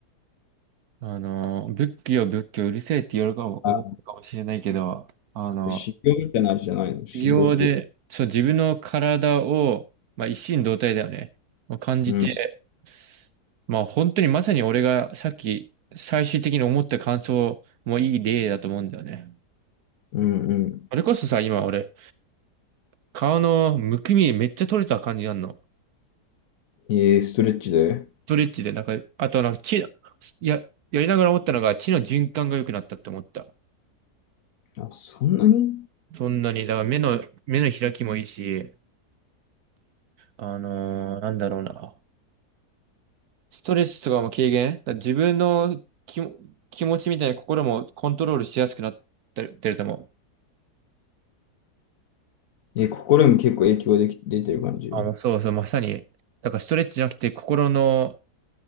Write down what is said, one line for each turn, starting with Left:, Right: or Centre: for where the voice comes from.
Right: あの、仏教、仏教、うるせえって言かも、思うかもしれないけど、
Left: あ、
Right: あの、
Left: 修行みたいなあれじゃないの、修行って。
Right: 修行で、そう、自分の体を、まあ、一心同体だよね。まあ、感じて、
Left: うん、
Right: まあ、本当にまさに俺がさっき、最終的に思った感想もいい例だと思うんだよね。
Left: うん、うん。
Right: それこそさ、今俺、顔のむくみめっちゃ取れた感じなんの。
Left: えー、ストレッチで。
Right: ストレッチで、なんか、あとなんか血の、や、やりながら思ったのが血の循環が良くなったって思った。
Left: あ、そんなに
Right: そんなに、だから目の、目の開きもいいし、あのーなんだろうな。ストレスとかも軽減だから自分の気も、気持ちみたいな心もコントロールしやすくなってるってると思う。
Left: えー、心にも結構影響でき、出てる感じ。
Right: あの、そうそう、まさに。だからストレッチじゃなくて心の、